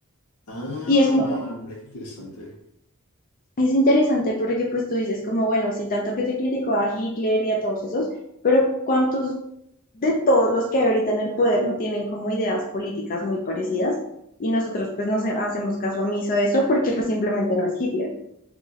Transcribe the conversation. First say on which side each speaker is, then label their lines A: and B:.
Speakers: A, on the left; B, on the left.
A: Ah,
B: Y es un
A: mira qué interesante.
B: Es interesante porque pues tú dices como, bueno, si tanto que se criticó a Hitler y a todos esos, pero ¿cuántos de todos los que hay ahorita en el poder no tienen como ideas políticas muy parecidas? Y nosotros pues no se- hacemos caso omiso a eso porque pues simplemente no es Hitler.